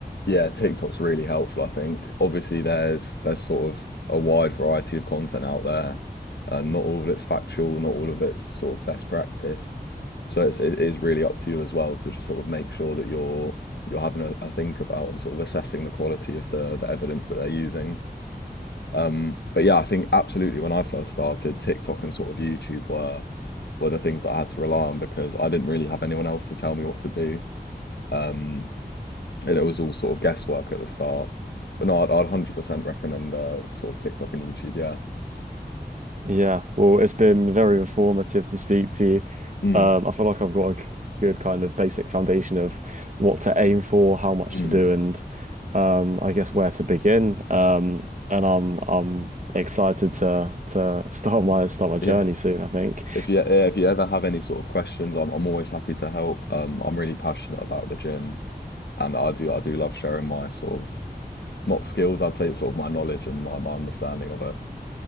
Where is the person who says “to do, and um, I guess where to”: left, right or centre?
Right